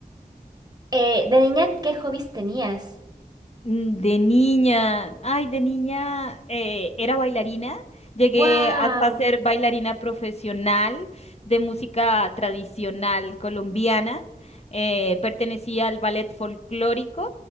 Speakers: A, on the right; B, on the left.
A: Eh, de niña, ¿qué hobbies tenías?
B: Mm, De niña, ay, de niña eh, era bailarina, llegué
A: ¡Wow!
B: hasta ser bailarina profesional de música tradicional colombiana, eh, pertenecía al ballet folclórico,